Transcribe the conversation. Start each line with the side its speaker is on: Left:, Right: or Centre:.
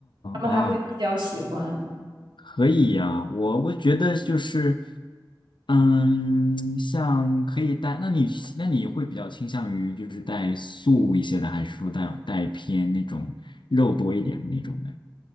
Right: 他们还会比较喜欢。
Left: 啊。哦可以呀，我我觉得就是，嗯，像可以带，那你那你会比较倾向于就是带素一些的，还是说带带偏那种肉多一点的那种的？